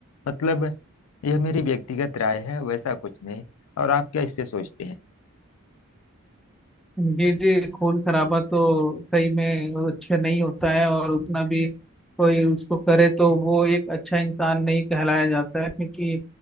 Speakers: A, on the left (about 70°); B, in the centre.
A: मतलब यह मेरी व्यक्तिगत राय है वैसा कुछ नहीं और आप क्या इस पे सोचते हैं
B: जी जी खून खराबा तो सही में वो अच्छा नहीं होता है और उतना भी कोई उसको करे तो वो एक अच्छा इंसान नहीं कहलाया जाता है क्योंकि